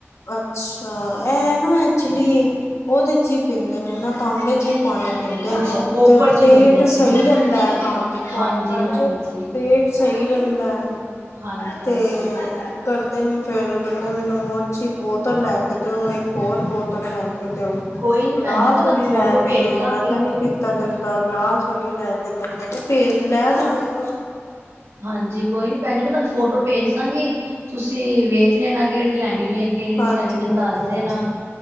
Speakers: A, on the left (about 75°); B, on the right (about 75°).
A: ਅੱਛਾ ਇਹ ਨਾ ਐਕਚੁਲੀ ਉਹਦੇ ਚ ਹੀ ਪੀਂਦੇ ਨੇ ਨਾ ਤਾਂਬੇ ਚ ਹੀ। ਪਾਣੀ ਪੀਂਦੇ
B: ਅੱਛਾ
A: ਨੇ
B: ਕੋਪਰ
A: ਤੇ ਉਹ
B: ਚ
A: ਪੇਟ
B: ਹੀ ਪੀਂਦੇ ਨੇ
A: ਸਹੀ
B: ਪਾ
A: ਰਹਿੰਦਾ ਹੈ ਹਾਂਜੀ ਕੋਪਰ
B: ਹਾਂਜੀ ਹਾਂਜੀ
A: ਚ ਪੇਟ, ਸਹੀ ਰਹਿੰਦਾ
B: ਹਾਂਜੀ
A: ਅਤੇ
B: ਹਾਂਜੀ
A: ਕਰਦੇ ਨੇ ਫੇਿਰ ਕਹਿੰਦੇ ਮੈਨੂੰ ਅੱਛੀ ਬੋਤਲ ਲੈ ਕੇ ਦਿਓ ਇੱਕ ਹੋਰ ਬੋਤਲ ਲੈ ਕੇ, ਦਿਓ
B: ਕੋਈ ਨੀ
A: ਗਲਾਸ
B: ਭੈਣ ਜੀ ਮੈਂ ਤੁਹਾਨੂੰ
A: ਵਾਲੀ
B: ਫੋਟੋ
A: ਲੈ ਕੇ
B: ਭੇਜ
A: ਦਿਓ
B: ਦਾਂਗੀ
A: ਇਏਦਾਂ ਨੀ ਫ ਤਾ ਜਾਂਦਾ ਗਲਾਸ ਹਲੀ ਲੈ ਕੇ ਦੋ ਮੈਂ ਕਿਹਾ ਭੇ ਲੈ ਦਾਂਗੇ
B: ਹਾਂਜੀ ਕੋਈ ਨੀ ਭੈਣ ਜੀ ਮੈਂ ਤੁਹਾਨੂੰ ਫੋਟੋ ਭੇਜ ਦਾਂਗੀ ਤੁਸੀਂ ਵੇਖ ਲੈਣਾ ਕਿਹੜੀ ਲੈਣੀ ਹੈ ਕਿੜ
A: ਹਾਂਜੀ
B: ਨ ਇਹ ਨੇ ਮੈਨੂੰ
A: ਹਾਂਜੀ
B: ਦੱਸਦੇ
A: ਹਾਂਜੀ
B: ਨਾ